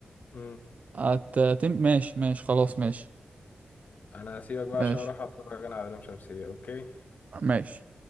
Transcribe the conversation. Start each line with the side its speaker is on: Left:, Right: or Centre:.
Left: مم.
Right: أت... تم- ماشي ماشي خلاص ماشي
Left: أنا أسيبك بقى
Right: ماشي
Left: عشان أروح أتفرج أنا على لام شمسية أوكي
Right: ماشي